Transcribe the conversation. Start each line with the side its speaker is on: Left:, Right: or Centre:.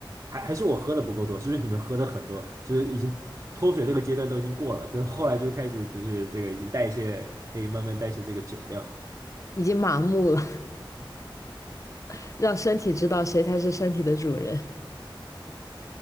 Right: 还还是我喝的不够多，是不是你们喝的很多，就是已经脱水这个阶段都已经过了，等后来就开始就是这个已经代谢，可以慢慢代谢这个酒量。
Left: 已经麻木了，<laughs> 让身体知道谁才是身体的主人。